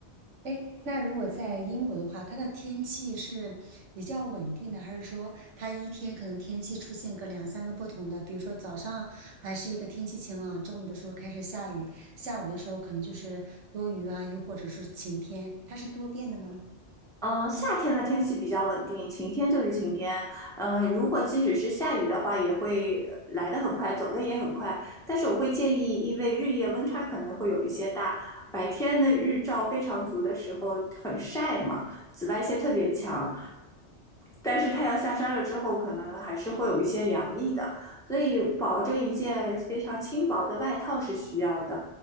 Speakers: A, on the right; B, in the centre.
A: 哎，那如果在英国的话，它的天气是比较稳定的，还是说它一天可能天气出现个两三个不同的？比如说早上还是一个天气晴朗，中午的时候开始下雨，下午的时候可能就是多云啊，又或者是晴天，它是多变的吗？
B: 嗯，呃夏天的天气比较稳定，晴天就是晴天。嗯，如果即使是下雨的话，也会呃来得很快，走得也很快。但是我会建议，因为日夜温差可能会有一些大，白天的日照非常足的时候很晒嘛，紫外线特别强。但是太阳下山了之后，可能还是会有一些凉意的，所以保着一件非常轻薄的外套是需要的。